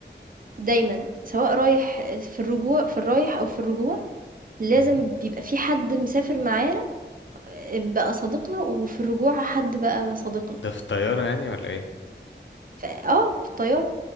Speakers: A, on the right; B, on the left.
A: دايما سواء رايح في الرجوع في الرايح او في الرجوع لازم
B: مم.
A: بيبقى في حد مسافر معانا آه، بقى صديقنا وفي الرجوع حد بقى صديقنا
B: ده في الطياره يعني ولا ايه
A: ف- اه في الطيارة